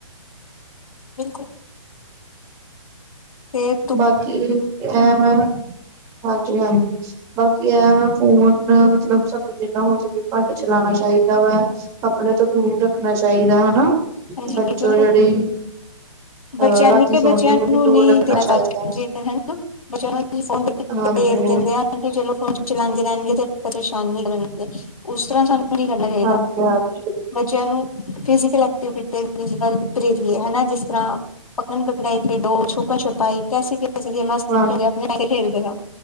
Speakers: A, on the left; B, on the right.
A: ਬਿਲਕੁਲ। ਫੇਰ
B: ਬਾਕੀ ਟੈਮ, ਹਾਂਜੀ- ਹਾਂਜੀ। ਬਾਕੀ ਐਹ ਵੈਂ ਫੋਨ ਮਤਲਬ ਸਾਨੂੰ ਜਿੰਨਾ ਹੋ ਸਕੇ ਘੱਟ ਚਲਾਣਾ ਚਾਹੀਦਾ ਵਾ। ਆਪਣੇ ਤੋਂ ਦੂਰ ਰੱਖਣਾ ਚਾਈਦਾ ਹਨਾ
A: ਹਾਂਜੀ
B: ਬੱਚੋਂ
A: ਬੋਲੋ,
B: ਜਿਹੜੀ
A: ਬੱਚਿਆਂ
B: ਅਹ ਰਾਤੀ
A: ਲਈ,
B: ਸੌਣ
A: ਬੱਚਿਆਂ
B: ਵੇਲੇ
A: ਨੂੰ
B: ਵੀ ਦੂਰ
A: ਨੀ
B: ਰੱਖਣਾ
A: ਤੇ ਅੱਜ
B: ਚਾਹੀਦਾ
A: ਜੇ ਹੈ ਨਾ, ਬੱਚਿਆ ਨੂੰ ਫੋਨ ਕਰਕੇ
B: ਹਾਂਜੀ
A: ਭੇਜ ਦਿੰਦੇ ਹਨ ਕਿ ਚਲੋ ਫੋਨ ਚਲਾਉਂਦੇ ਰਹਿਣਗੇ ਤੇ, ਪਰੇਸ਼ਾਨ ਨੀ ਕਰਣਗੇ, ਉਸ ਤਰ੍ਹਾਂ ਸਾਨੂੰ ਹੁਣ ਕੀ ਕਰਨਾ ਚਾਹੀਦਾ,
B: ਹਾਂਜੀ ਹਾਂਜੀ
A: ਬੱਚਿਆਂ ਨੂੰ ਫਿਜਿਕਲ ਐਕਟ ਅਟੇ ਬਿਟੇ <unintelligible> ਵੀ ਹਨਾ, ਜਿਸ ਤਰ੍ਹਾਂ। ਪਕੜਣ -ਪਕੜਾਈ ਖੇਡੋ, ਛੁਪਨ -ਛੁਪਾਈ ਕੈੇਸੇ ਕੈ ਬੁਕਸ 'ਚ ਜੇੜੀਆਂ ਗੇਮਾਂ
B: ਹਾਂ
A: ਲਿਖੀਆਂ ਹੁੰਦੀਆ ਉਹੀ ਖੇਡਦੇ ਆਂ,